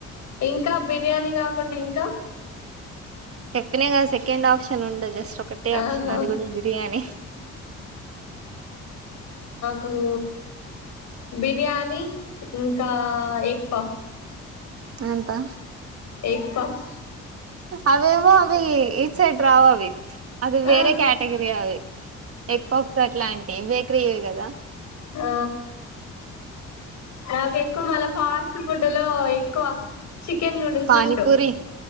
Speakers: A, on the left; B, on the right.
A: ఇంకా బిర్యానీ కాకుండా ఇంకా
B: చెప్పిన కదా సెకండ్ ఆప్షన్ ఉండాది జెస్ట్ ఒక్కటే ఆప్షన్
A: ఆహా
B: అది కూడా బిర్యానే
A: కూ బిర్యానీ ఇంకా ఎగ్ పఫ్స్
B: అంతా
A: ఎగ్ పఫ్
B: అవేమా ఆవి ఇ సట్ రావవి అది వేరే
A: ఆ
B: కేటగిరీ అవి ఎగ్ ఫక్స్ అట్లాం నే బేక్రి ఇవ కదా
A: ఆ నాకు ఎక్కువ మళ ఫాస్ట్ ఫుడ్ లో ఎక్కువ చికెన్ నూడిల్స్
B: పానీపూరి
A: ఇష్టం